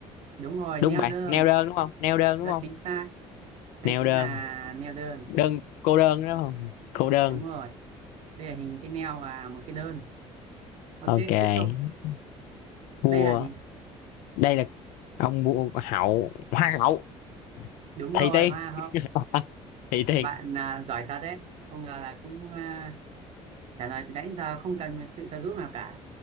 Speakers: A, on the right (about 55°); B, on the left (about 80°).
A: đúng rồi
B: đúng
A: neo
B: bạn
A: đơn
B: neo đơn đúng không neo đơn đúng
A: rất
B: không
A: chính xác đây
B: neo
A: chính
B: đơn
A: là neo đơn
B: đơn cô đơn đúng không cô đơn
A: đúng rồi đây là hình cái neo và một cái đơn ok
B: ok
A: tiếp tục
B: vua
A: đây là gì
B: đây là ông vua hậu hoa hậu
A: đúng
B: thầy
A: rồi
B: tiên
A: hoa hậu
B: <laughs> thầy tiên
A: bạn à, giỏi thật đấy không ngờ là cũng à, trả lời từ nãy giờ không cần một sự trợ giúp nào cả